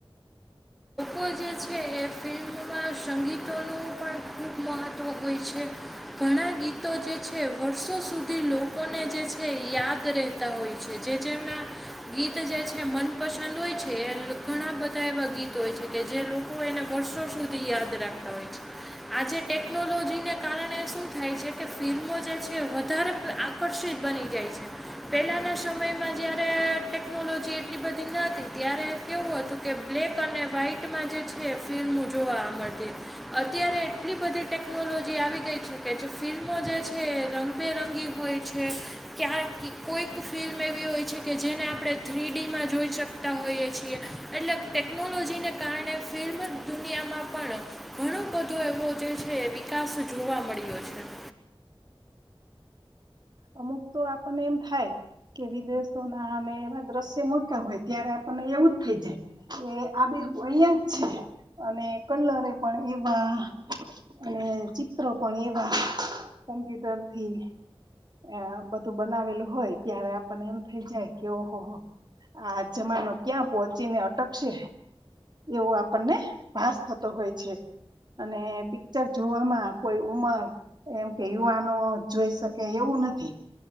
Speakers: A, in the centre; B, on the right (about 50°).
A: લોકો જે છે એ ફિલ્મમાં સંગીતોનું પણ ખૂબ મહત્ત્વ હોય છે ઘણાં ગીતો જે છે વર્ષો સુધી લોકોને જે છે યાદ રહેતા હોય છે. જે જેણા ગીત જે છે મનપસંદ હોય છે. છે ઘણા બધા એવા ગીતોય છે. કે જે લોકો એને વર્ષો સુધી યાદ રાખતા હોય છે. આજે ટેકનોલોજીને કારણે શું થાય છે કે ફિલ્મો જે છે વધારે આકર્ષિત બની જાય છે પહેલાના સમયમાં જયારે ટેકનોલોજી એટલી બધી ના હતી ત્યારે કેવું હતું કે બ્લેક અને વ્હાઈટ ફિલ્મો જોવા મળતી અત્યારે એટલી બધી ટેકનોલોજી આવી ગઈ છે ફિલ્મો જે છે રંગબેરંગી હોય છે ક્યા કોઈક ફિલ્મ એવી, હોય છે કે જેને આપણે થ્રીડીમાં જોઈ શકતા હોઈએ છીએ એટલે ટેકનોલોજીને કારણે ફિર દુનિયામાં પણ ઘણો બધો એવો જે છે વિકાસ જોવા મળ્યો છે. <inaudible>
B: અમુક તો આપણને એમ થાય. કે વિદેશોના અને એવા દ્રશ્ય મૂક્યા હોય ત્યારે આપણને એવું જ થઈ જાય કે આ અહીંયા જ છે અને કલરે પણ એવા અને ચિત્રો પણ એવા કોમ્પ્યુટરથી એ બધું બનાવેલું હોય ત્યારે આપણને એમ થઈ જાય કે ઓહોહો. આ જમાનો ક્યાં પહોંચીને અટકશે. એવું આપણને ભાસ થતો હોય છે. અને પિક્ચર જોવામાં કોઈ ઉંમર એમ કે યુવાનો જોઈ શકે એવું નથી.